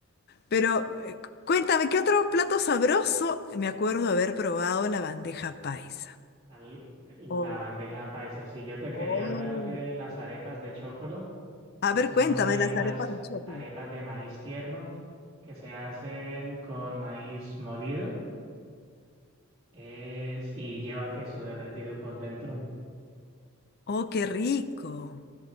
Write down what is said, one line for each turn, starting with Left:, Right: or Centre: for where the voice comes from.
Left: Pero eh, cu- cuéntame, ¿qué otro plato sabroso? Me acuerdo haber probado la bandeja paisa.
Right: al- la
Left: Oh,
Right: bandeja paisa. Si yo te quería
Left: oh.
Right: hablar de las arepas de chocolo,
Left: A
Right: que
Left: ver,
Right: son
Left: cuéntame
Right: arepas,
Left: las arepas de choclo.
Right: arepas de maíz tierno que se hacen con maíz molido Es, y lleva queso derretido por dentro.
Left: Oh, qué rico.